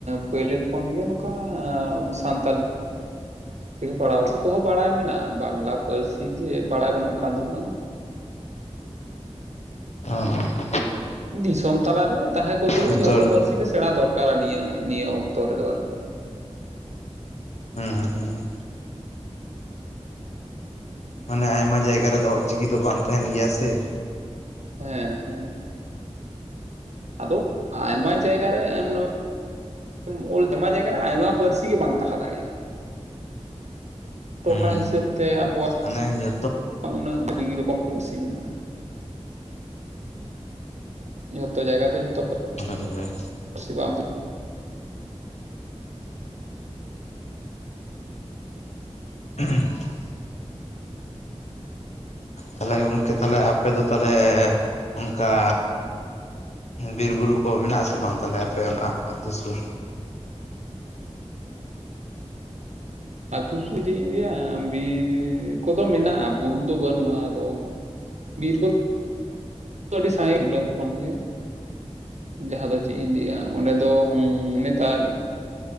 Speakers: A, on the right; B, on the left.
A: ᱯᱟᱹᱭᱞᱟᱹ ᱠᱷᱚᱱ ᱜᱮ ᱱᱚᱝᱠᱟ ᱥᱟᱱᱛᱟᱞ <unintelligible> ᱯᱟᱲᱟᱣ ᱠᱚᱦᱚᱸ ᱵᱟᱲᱟᱭ ᱢᱮᱱᱟᱜᱼᱟ, ᱵᱟᱝᱞᱟ ᱯᱟᱹᱨᱥᱤ ᱡᱮ ᱵᱟᱲᱟᱭ ᱵᱟᱹᱱᱩᱜᱼᱟ, ᱚᱱᱠᱟᱱ ᱫᱚ ᱵᱟᱝ᱾
B: ᱚᱸ᱾
A: ᱫᱤᱥᱚᱢ ᱛᱟᱞᱟᱨᱮ ᱛᱟᱦᱮᱸ ᱠᱚᱨᱛᱮ ᱜᱮᱞᱮ
B: ᱡᱷᱚᱛᱚ
A: ᱡᱚᱛᱚ
B: ᱦᱩᱸ
A: ᱯᱟᱹᱨᱥᱤ ᱜᱮ ᱥᱮᱬᱟ ᱫᱚᱨᱠᱟᱨᱟ ᱱᱤᱭᱟᱹ ᱱᱤᱭᱟᱹ ᱚᱠᱛᱚ ᱨᱮᱫᱚ ᱟᱨᱠᱤ ᱾
B: ᱦᱢ ᱦᱢ ᱾ ᱢᱟᱱᱮ ᱟᱭᱢᱟ ᱡᱟᱭᱜᱟ ᱨᱮᱫᱚ ᱚᱞ ᱪᱤᱠᱤ ᱫᱚ ᱵᱟᱝ ᱛᱟᱦᱮᱱ ᱜᱮᱭᱟ ᱥᱮ ᱾
A: ᱦᱮᱸ ᱦᱮᱸ ᱟᱫᱚ ᱟᱭᱢᱟ ᱡᱟᱭᱜᱟ ᱨᱮ ᱱᱚ <unintelligible> ᱟᱭᱢᱟ ᱡᱟᱭᱜᱟᱨᱮ ᱟᱭᱢᱟ ᱯᱟᱹᱨᱥᱤ ᱜᱮ ᱵᱟᱝ ᱛᱟᱸᱦᱟ ᱫᱟᱲᱮᱭᱟᱜᱼᱟ ᱾ ᱴᱚᱴᱷᱟ
B: ᱦᱩᱸ
A: ᱦᱤᱥᱟᱹᱵ ᱛᱮ ᱟᱵᱚᱣᱟᱜ
B: ᱢᱟᱱᱮ ᱡᱚ
A: ᱩᱱᱟᱹᱜ ᱟᱹᱰᱤ ᱨᱚᱠᱚᱢ ᱯᱟᱹᱨᱥᱤ ᱢᱮᱱᱟᱜᱼᱟ, ᱡᱚᱛᱚ ᱡᱟᱭᱜᱟ ᱫᱚ ᱡᱚᱛᱚ
B: ᱠᱚᱨᱮ ᱠᱤᱱ ᱞᱟᱹᱭ
A: ᱯᱟᱹᱨᱥᱤ ᱵᱟᱢ
B: <unintelligible> ᱛᱟᱦᱚᱞᱮ ᱜᱚᱝᱠᱮ ᱛᱟᱦᱚᱞᱮ ᱟᱯᱮ ᱫᱚ ᱛᱟᱦᱚᱞᱮ ᱚᱱᱠᱟ ᱵᱤᱨ ᱵᱩᱨᱩ ᱠᱚ ᱢᱮᱱᱟᱜᱼᱟ ᱥᱮ ᱵᱟᱝ ᱛᱟᱦᱚᱞᱮ ᱟᱯᱮ ᱚᱱᱟ ᱟᱹᱛᱩ ᱥᱩᱨ?
A: ᱟᱹᱛᱩ <unintelligible> ᱤᱧ ᱞᱟᱹᱭᱟ ᱵᱤᱨ ᱠᱚᱫᱚ ᱢᱮᱱᱟᱜᱼᱟ ᱵᱩᱨᱩ ᱫᱚ ᱵᱟᱹᱱᱩᱜᱼᱟ ᱟᱫᱚ ᱵᱤᱨ ᱠᱚ ᱟᱹᱰᱤ ᱥᱟᱸᱜᱮ ᱠᱩᱰᱟᱹᱢ ᱠᱷᱚᱱ ᱜᱮ, ᱡᱟᱦᱟᱸ ᱫᱚ ᱪᱮᱫ ᱤᱧ ᱞᱟᱹᱭᱟ ᱚᱸᱰᱮ ᱫᱚ ᱚᱸ ᱱᱮᱛᱟᱨ